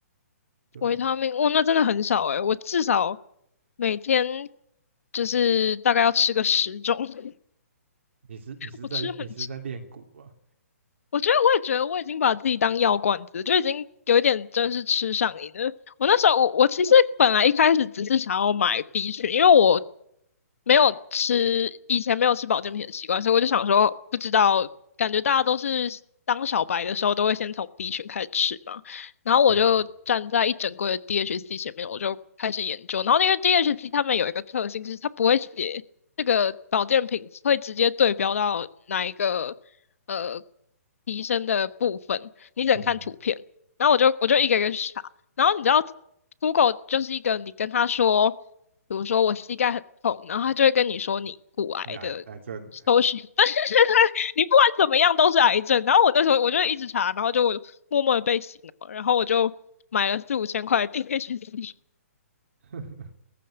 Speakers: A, on the right; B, on the left.
A: 对啊，
B: 维他命，哦，那真的很少诶，我至少每天就是大概要吃个十种，<laughs>
A: 你是你是在你是在练骨吧？
B: 我吃很我觉得我也觉得我已经把自己当药罐子，就已经有一点真是吃上瘾了。我那时候我我其实本来一开始只是想要买 B 群，因为我没有吃以前没有吃保健品的习惯，所以我就想说不知道，感觉大家都是当小白的时候都会先从 B 群开始吃嘛。然后我就站在一整柜的
A: 对啊，
B: DHC 前面，我就开始研究。然后因为 DHC 他们有一个特性，就是它不会写这个保健品会直接对标到哪一个。呃提升的部分，你只能看图片。
A: 嗯，
B: 然后我就我就一个一个去查，然后你知道 Google 就是一个你跟他说，比如说我膝盖很痛，然后他就会跟你说你骨癌的搜寻，
A: 你癌癌症，
B: <laughs> 但是你不管怎么样都是癌症。然后我那时候我就一直查，然后就默默的被洗脑，然后我就买了四五千块的 <laughs> DHC，
A: <laughs>